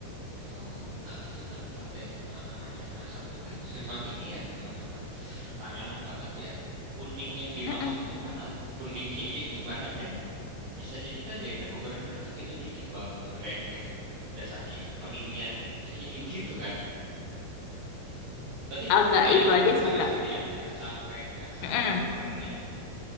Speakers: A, on the right (about 75°); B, on the left (about 90°).
A: Oh, nah itu kan kate eh, namanya masak tuh kan <laughs> memang ini ya memang apa? Tanganan banget ya. Kuning yang dimaksud
B: Mm-mm.
A: itu kan ant- kuning yang kayak gimana kan bisa jadi tak jadinya aku goreng-goreng terus tiba-tiba jadi kayak bawang goreng gitu. Udah saking keringnya bisa jadi begitu kan? Berarti
B: Agak
A: kuningnya
B: itu
A: nggak
B: aja
A: nggak sampai
B: sih, Kak.
A: segitu ya? Nggak sampai nggak sampai
B: Mm-mm.
A: kering ya?